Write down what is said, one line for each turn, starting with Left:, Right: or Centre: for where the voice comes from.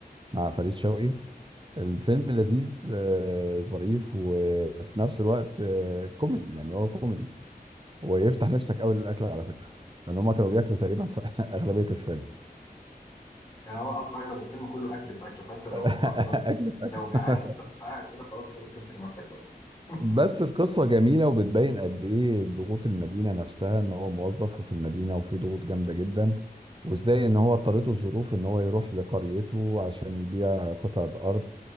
Right: مع فريد شوقي الفيلم لذيذ آه، ظريف وفي نفس الوقت آه، كوميدي يعني هو كوميدي ويفتح نفسك قوي للاكل على فكره لان هم كانوا بياكلوا تقريبا في <laughs> اغلبيه الفيلم
Left: يعني هو أغ- اغلب الفيلم كله اكل في اكل فانت لو
Right: <laughs> اكل
Left: اصلا
Right: في
Left: لو جعان
Right: اكل
Left: انت بتبقى قاعد كده خلاص مش قادر تمسك نفسك بقى <laughs>
Right: <laughs> بس القصه جميله وبتبين قد ايه ضغوط المدينه نفسها ان هو موظف وفي المدينه وفي ضغوط جامده جدا وازاي ان هو اضطرته الظروف ان هو يروح لقريته عشان يبيع قطعه ارض